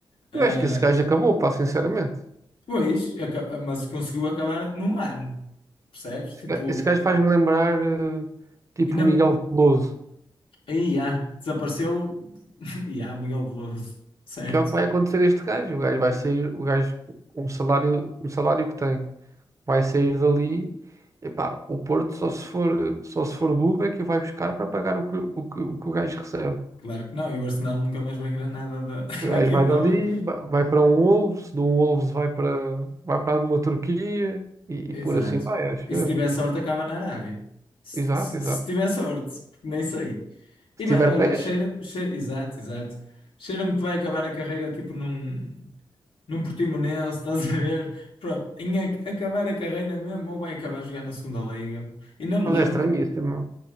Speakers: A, on the left; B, on the right.
A: Ah,
B: Eu acho que esse gajo acabou, pá, sinceramente.
A: pois, aca- mas conseguiu acabar num ano. Percebes?
B: Esse
A: Tipo,
B: ga- esse gajo faz-me lembrar, eh, tipo,
A: e não.
B: o Miguel Veloso,
A: Aí há, desapareceu. <laughs> E há o Miguel Veloso, certo?
B: que é o que vai acontecer a este gajo. O gajo vai sair, o gajo com o salário, o salário que tem, vai sair dali. Epá, o Porto só se for, só se for burro é que o vai buscar para pagar o que o, que, o que o gajo recebe.
A: Claro que não, e o Arsenal nunca mais vai ganhar nada da, <laughs>
B: O
A: daquilo
B: gajo vai
A: também.
B: dali, vai vai para um Wolves, de um Wolves vai para, vai para uma Turquia e,
A: Exato.
B: e por assim vai, acho
A: E se
B: eu.
A: tiver sorte, acaba na Arábia. Se,
B: Exato,
A: se-
B: exato.
A: se tiver sorte, porque nem sei.
B: Se
A: E
B: tiver
A: bem, olha,
B: pés,
A: cheira, cheira, exato, exato. Cheira-me que vai acabar a carreira tipo num, num Portimonense, <laughs> estás a ver? Pronto, em ac- acabar a carreira mesmo, ou vai acabar a jogar na segunda liga. Ainda me
B: mas
A: lembro,
B: é estranhíssimo.